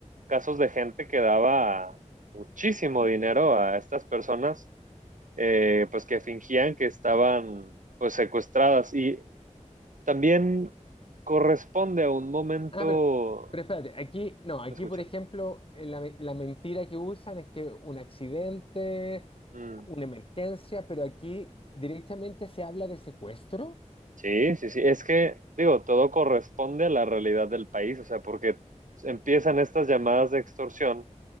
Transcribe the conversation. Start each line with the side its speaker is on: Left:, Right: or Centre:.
Right: casos de gente que daba muchísimo dinero a estas personas, eh, pues que fingían que estaban pues secuestradas. Y también corresponde a un momento,
Left: Ah, pero, pero espérate, aquí, no, aquí
Right: ¿lo escucho?
Left: por ejemplo, eh, la, la mentira que usan es que un accidente,
Right: Mm,
Left: una emergencia, pero aquí directamente se habla de secuestro.
Right: sí, sí, sí, es que, digo, todo corresponde a la realidad del país, o sea, porque empiezan estas llamadas de extorsión